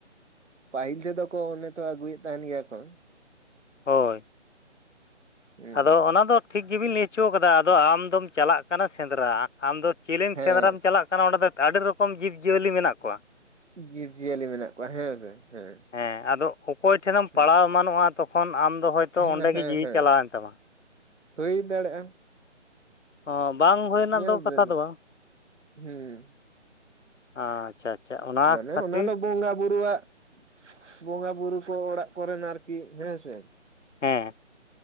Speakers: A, on the right (about 75°); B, on the left (about 75°).
A: ᱯᱟᱦᱤᱞ ᱛᱮ ᱫᱚᱠᱚ ᱚᱱᱮ ᱛᱚ ᱟᱜᱩᱭᱮᱫ ᱛᱟᱦᱮᱱ ᱜᱮᱭᱟ ᱠᱚ
B: ᱦᱳᱭ
A: ᱦᱮᱸ
B: ᱟᱫᱚ ᱚᱱᱟ ᱫᱚ ᱴᱷᱤᱠ ᱜᱮᱵᱤᱱ ᱞᱟᱹᱭ ᱦᱚᱪᱚ ᱠᱟᱫᱟ ᱟᱫᱚ ᱟᱢ ᱫᱚᱢ ᱪᱟᱞᱟᱜ ᱠᱟᱱᱟ ᱥᱮᱸᱫᱽᱨᱟ ᱟᱢ ᱫᱚ ᱪᱮᱞᱮᱢ
A: ᱦᱮᱸ
B: ᱥᱮᱸᱫᱽᱨᱟᱢ ᱪᱟᱞᱟᱜ ᱠᱟᱱᱟ ᱚᱸᱰᱮ ᱫᱚ ᱟᱹᱰᱤ ᱨᱚᱠᱚᱢ ᱡᱤᱵᱽᱼᱡᱤᱭᱟᱹᱞᱤ ᱢᱮᱱᱟᱜ ᱠᱚᱣᱟ
A: ᱡᱤᱵᱽ ᱡᱤᱭᱟᱹᱞᱤ ᱢᱮᱱᱟᱜ ᱠᱚᱣᱟ ᱦᱮᱸᱥᱮ ᱦᱮᱸ
B: ᱦᱮᱸ ᱟᱫᱚ ᱚᱠᱚᱭ ᱴᱷᱮᱱᱮᱢ
A: ᱦᱩᱸ
B: ᱯᱟᱲᱟᱣ ᱮᱢᱟᱱᱚᱜᱼᱟ ᱛᱚᱠᱷᱚᱱ ᱟᱢ ᱫᱚ ᱦᱚᱭᱛᱚ
A: ᱦᱮᱸ
B: ᱚᱸᱰᱮ
A: ᱦᱮᱸ
B: ᱜᱮ ᱡᱤᱣᱤ
A: ᱦᱮᱸ
B: ᱪᱟᱞᱟᱣᱮᱱ ᱛᱟᱢᱟ
A: ᱦᱩᱭ ᱫᱟᱲᱮᱜᱼᱟ
B: ᱚ ᱵᱟᱝ ᱦᱩᱭ ᱨᱮᱱᱟᱜ
A: ᱧᱮᱞ
B: ᱫᱚ ᱠᱟᱛᱷᱟ
A: ᱵᱮᱱ
B: ᱫᱚ ᱵᱟᱝ
A: ᱦᱮᱸ
B: ᱟᱪᱪᱷᱟ ᱟᱪᱪᱷᱟ ᱚᱱᱟ
A: ᱢᱟᱱᱮ
B: ᱠᱷᱟᱹᱛᱤᱨ
A: ᱚᱱᱟ ᱫᱚ ᱵᱚᱸᱜᱟ ᱵᱩᱨᱩᱣᱟᱜ ᱵᱚᱸᱜᱟ ᱵᱩᱨᱩ ᱠᱚ ᱚᱲᱟᱜ ᱠᱚᱨᱮᱱ ᱟᱨᱠᱤ ᱦᱮᱸ ᱥᱮ
B: ᱦᱮᱸ